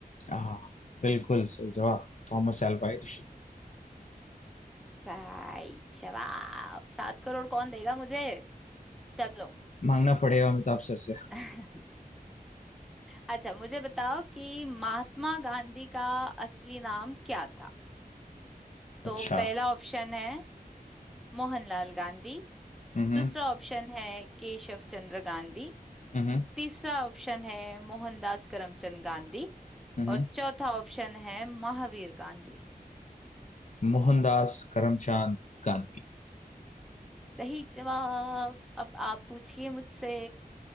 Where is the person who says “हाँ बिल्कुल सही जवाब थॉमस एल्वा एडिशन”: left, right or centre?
Left